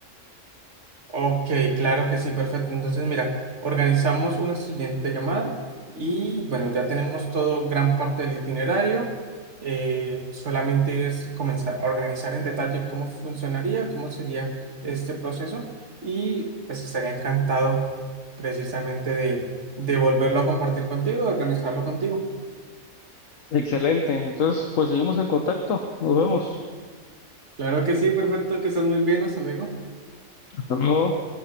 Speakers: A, on the right; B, on the left.
A: Ok, claro que sí, perfecto. Entonces, mira, organizamos una siguiente llamada y bueno, ya tenemos todo, gran parte del itinerario. Eh, solamente es comenzar a organizar en detalle cómo funcionaría, cómo sería este proceso y pues estaría encantado precisamente de, de volverlo a compartir contigo, de organizarlo contigo.
B: Excelente, entonces pues seguimos en contacto, nos vemos.
A: Claro que sí, perfecto, que estés muy bien, hasta luego.
B: Hasta luego.